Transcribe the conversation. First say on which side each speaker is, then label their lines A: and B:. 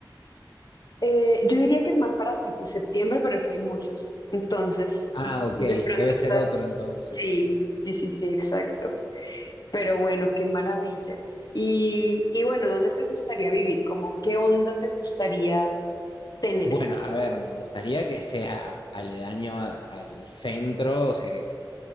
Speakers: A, on the left; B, on the left.
A: Eh, yo diría que es más para tipo septiembre, pero es que hay muchos. Entonces,
B: Ah, ok,
A: de
B: debe
A: pronto estás.
B: ser otro entonces.
A: Sí, sí, sí, sí, exacto. Pero bueno, qué maravilla. Y, y bueno, ¿dónde te gustaría vivir? Como, ¿qué onda te gustaría tener?
B: Bueno, a ver, me gustaría que sea aledaño a- al centro, o sea que